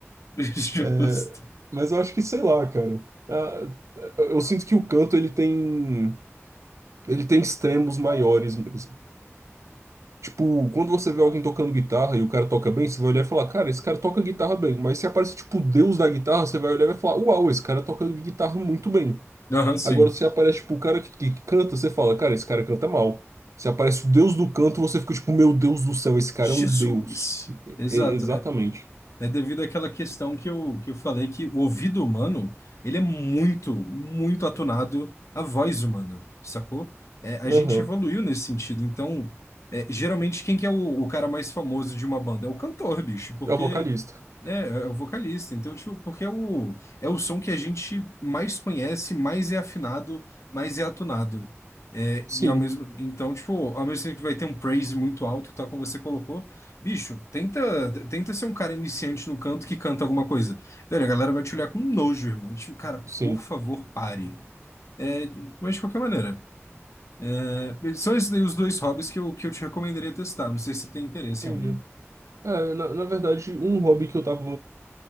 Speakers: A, on the left; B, on the right.
A: <laughs>
B: É,
A: Justo.
B: mas eu acho que, sei lá, cara. Ah, eu sinto que o canto ele tem, ele tem extremos maiores mesmo. Tipo, quando você vê alguém tocando guitarra e o cara toca bem, você vai olhar e falar, cara, esse cara toca guitarra bem. Mas se aparece, tipo, o deus da guitarra, você vai olhar e vai falar, uau, esse cara toca guitarra muito bem.
A: Aham, sim.
B: Agora, se aparece, tipo, o cara que, que canta, você fala, cara, esse cara canta mal. Se aparece o deus do canto, você fica, tipo, meu Deus do céu, esse cara
A: Jesus.
B: é um deus. E-
A: Exato.
B: e- exatamente.
A: É devido àquela questão que eu, que eu falei que o ouvido humano, ele é muito, muito atunado à voz humana, sacou? É, a
B: Aham.
A: gente evoluiu nesse sentido. Então, é, geralmente, quem que é o, o cara mais famoso de uma banda? É o cantor, bicho, porque
B: É o vocalista.
A: né, é é o vocalista. Então, tipo, porque é o, é o som que a gente mais conhece, mais é afinado, mais é atunado. É,
B: Sim,
A: e ao mesmo, então, tipo, ao mesmo tempo que vai ter um praise muito alto, tal como você colocou, Bicho, tenta, tenta ser um cara iniciante no canto que canta alguma coisa. Velho, a galera vai te olhar com nojo, irmão. Tipo, cara,
B: sim.
A: por favor, pare. É, mas de qualquer maneira, é, são esses daí os dois hobbies que eu, que eu te recomendaria testar. Não sei se você tem interesse
B: Entendi.
A: em algum.
B: É, na, na verdade, um hobby que eu tava.